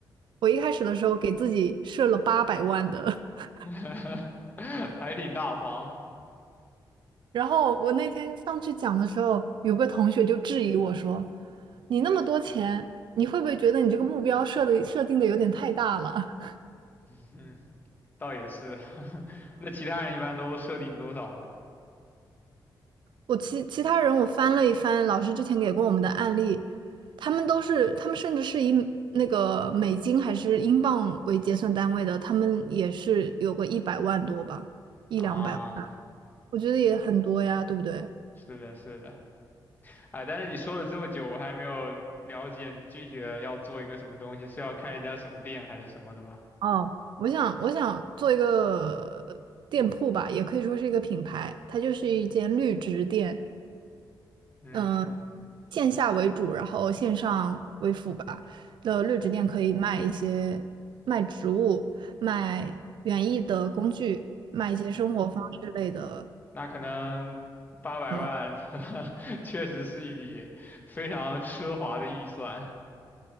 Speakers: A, on the right; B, on the left.
A: 我一开始的时候给自己设了八百万的，<laughs>
B: <laughs> 还挺大方，
A: 然后我那天上去讲的时候，有个同学就质疑我说：“你那么多钱，你会不会觉得你这个目标设的设定的有点太大了？”
B: <laughs> 嗯，倒也是。<laughs> 那其他人一般都设定多少呢？
A: <laughs> 我其其他人我翻了一翻老师之前给过我们的案例，他们都是他们甚至是以那个美金还是英镑为结算单位的，他们也是有个一百万多吧，一两百。
B: 啊，
A: 我觉得也很多呀，对不对？
B: 是的，是的。哎，但是你说了这么久，我还没有了解你具体的要做一个什么东西，是要开一家什么店还是什么的吗？
A: 哦，我想我想做一个呃店铺吧，也可以说是一个品牌，它就是一间绿植店，
B: 嗯
A: 嗯、线下为主，然后线上为辅吧。的绿植店可以卖一些卖植物、卖园艺的工具、卖一些生活方式类的。
B: 嗯，那可能八百万
A: 嗯。
B: <laughs> 确实是一笔非常奢华的预算。